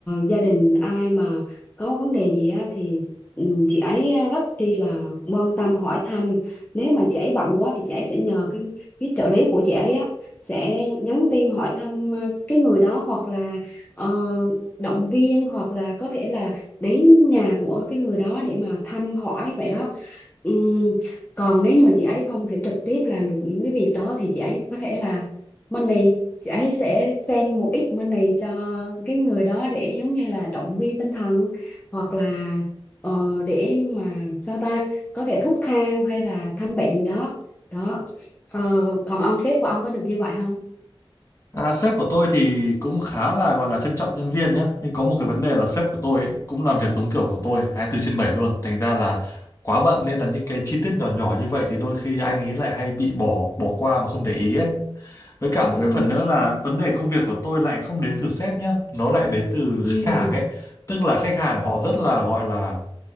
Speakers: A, on the left; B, on the left.
A: gia đình ai mà có vấn đề gì á thì ừ, chị ấy rất chi là quan tâm hỏi thăm. Nếu mà chị ấy bận quá thì chị ấy sẽ nhờ cái cái trợ lý của chị ấy á sẽ nhắn tin hỏi thăm ờ, cái người đó hoặc là ờ, động viên hoặc là có thể là đến nhà của cái người đó để mà thăm hỏi vậy đó Ừm, còn nếu như mà chị ấy không thể trực tiếp làm được những cái việc đó thì chị ấy có thể là money chị ấy sẽ send một ít money cho cái người đó để giống như là động viên tinh thần hoặc là ờ, để mà sao ta có thể thuốc thang hay là thăm bệnh gì đó đó Ờ, còn ông sếp của ông có được như vậy không?
B: À, sếp của tôi thì cũng khá là gọi là trân trọng nhân viên nhé nhưng có một cái vấn đề là sếp của tôi ấy, cũng làm việc giống kiểu của tôi 24 trên bảy luôn thành ra là quá bận nên là những cái chi tiết nhỏ nhỏ như vậy thì đôi khi anh ấy lại hay bị bỏ bỏ qua mà không để ý ấy với cả một
A: Ừ,
B: cái phần nữa là vấn đề công việc của tôi lại không đến từ sếp nhá nó lại đến từ
A: ừ.
B: khách hàng ấy tức là khách hàng họ rất là gọi là